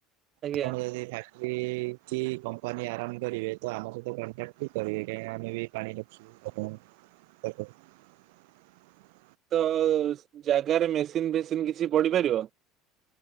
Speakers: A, on the right; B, on the right.
A: ଆଜ୍ଞା।
B: ଆପଣ ଯଦି <unintelligible> କି କି କମ୍ପାନୀ ଆରମ୍ଭ କରିବେ ତ ଆମ ସହିତ କଣ୍ଟାକ୍ଟ କରିବେ କାହିଁକି ଆମେ ବି ପାଣି ରଖିଛୁ। <unintelligible>
A: ତ ଜାଗାରେ ମେସିନ ଫେସିନ କିଛି ପଡିପାରିବ?